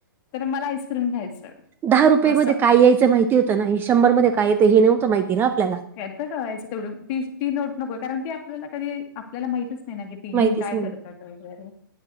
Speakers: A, on the left; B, on the right.
A: तर मला आईस्क्रीम घ्यायचं
B: दहा रुपये
A: असं
B: मध्ये काय येया च माहिती होतं ना शंभर मध्ये काय येतं हे नव्हतं माहिती ना आपल्याला.
A: त्यात कळायचं तेवढं ती ती नोट नको कारण ती आपल्याला कधी आपल्याला माहितच नाही ना की ती घेऊन
B: माहितीच
A: काय
B: नाही
A: करतात वगैरे